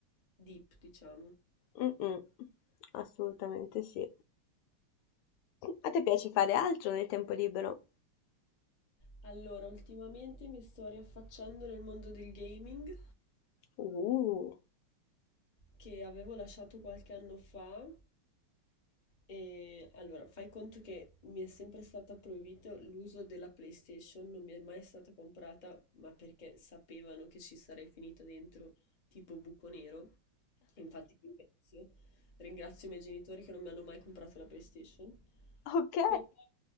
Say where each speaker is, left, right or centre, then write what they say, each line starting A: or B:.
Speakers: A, on the left (about 30°); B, on the left (about 85°).
A: deep, diciamo.
B: Mm, mm, assolutamente sì. A te piace fare altro nel tempo libero?
A: Allora, ultimamente mi sto riaffacciando nel mondo del gaming
B: Uh,
A: che avevo lasciato qualche anno fa E allora, fai conto che mi è sempre stato proibito l'uso della PlayStation, non mi è mai stata comprata, ma perché sapevano che ci sarei finita dentro tipo buco nero. E infatti ringrazio, ringrazio i miei genitori che non mi hanno mai comprato la PlayStation.
B: ok.
A: Però